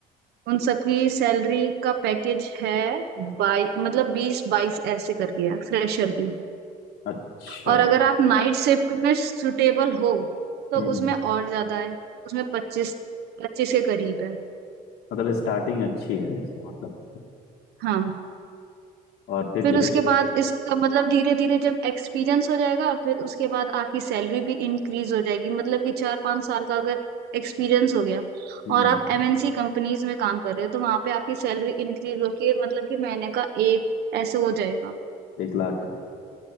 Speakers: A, on the right (about 75°); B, on the left (about 75°).
A: उन सबकी सैलरी का पैकेज है बाई मतलब बीस बाईस ऐसे करके है फ्रेशर की।
B: अच्छा
A: और अगर आप नाइट शिफ्ट में सुटेबल हो तो
B: हम्म
A: उसमें और ज्यादा है उसमें पच्चीस पच्चीस के करीब है
B: मतलब स्टार्टिंग अच्छी है इसका मतलब
A: हाँ
B: और फिर
A: फिर
B: धीरे
A: उसके
B: धीरे
A: बाद इसका मतलब धीरे धीरे जब एक्सपीरियंस हो जाएगा फिर उसके बाद आपकी सैलरी भी इंक्रीज हो जाएगी मतलब कि चार पांच साल का अगर एक्सपीरियंस हो गया
B: हम्म
A: और आप एमएनसी कंपनीज में काम कर रहे हो तो वहां पे आपकी सैलरी इंक्रीज होके मतलब कि महीने का एक ऐसे हो जाएगा
B: एक लाख